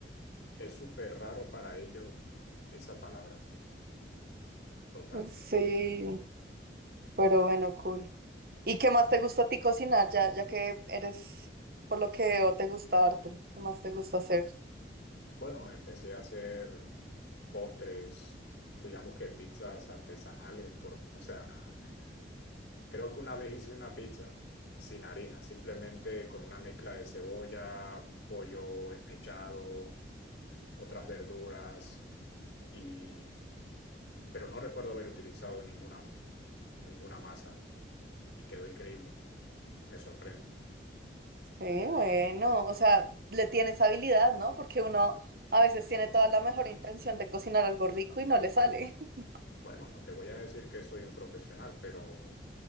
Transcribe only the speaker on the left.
es súper raro para ellos esa palabra, total.
Bueno, empecé a hacer postres, digamos que pizzas artesanales, por, o sea, <laughs> creo que una vez hice una pizza sin harina, simplemente con una mezcla de cebolla, pollo esmechado, otras verduras y, pero no recuerdo haber utilizado ninguna, ninguna masa y quedó increíble. Me sorprendo.
Bueno, no te voy a decir que soy un profesional, pero